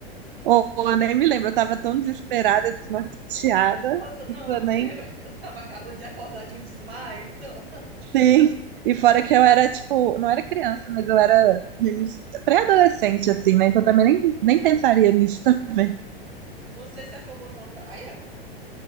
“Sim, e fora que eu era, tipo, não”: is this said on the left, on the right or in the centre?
Right